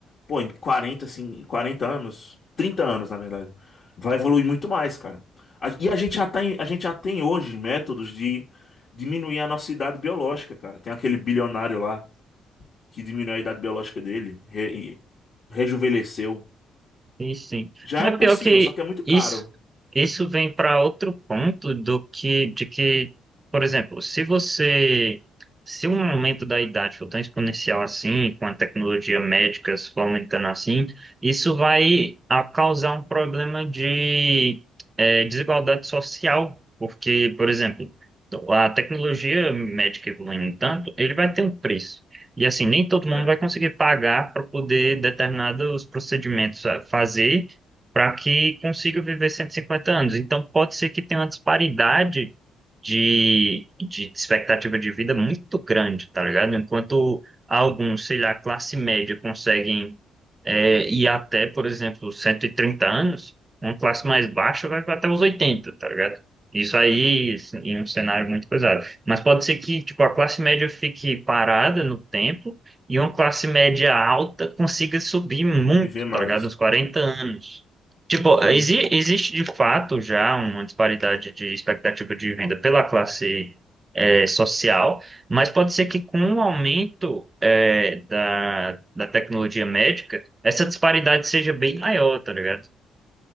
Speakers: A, on the left; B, on the right.
A: Pô, em 40, assim, 40 anos, 30 anos, na verdade, vai evoluir muito mais, cara. A- E a gente já tá em- a gente já tem hoje métodos de diminuir a nossa idade biológica, cara. Tem aquele bilionário lá. que diminuiu a idade biológica dele, re- rejuvenesceu.
B: Sim, sim.
A: Já
B: Mas
A: é possível,
B: pior que
A: só que é muito
B: isso,
A: caro.
B: isso vem para outro ponto do que, de que, por exemplo, se você, se um aumento da idade for tão exponencial assim, com a tecnologia médica se for aumentando assim, isso vai a causar um problema de eh, desigualdade social, porque, por exemplo, a tecnologia médica evoluindo tanto, ele vai ter um preço. E assim, nem todo mundo
A: É,
B: vai conseguir pagar para poder determinados procedimentos eh, fazer para que consiga viver 150 anos. Então, pode ser que tenha uma disparidade de, de expectativa de vida muito grande, tá ligado? Enquanto alguns, sei lá, classe média conseguem eh, ir até, por exemplo, 130 anos, uma classe mais baixa vai até os 80, tá ligado? Isso aí, assim, em um cenário muito pesado. Mas pode ser que, tipo, a classe média fique parada no tempo e uma classe média alta consiga subir muito,
A: viver
B: tá
A: mais.
B: ligado? Uns 40 anos. Tipo,
A: Sim.
B: exi- existe de fato já uma disparidade de expectativa de renda pela classe eh, social, mas pode ser que com o aumento eh, da, da tecnologia médica, essa disparidade seja bem maior, tá ligado? O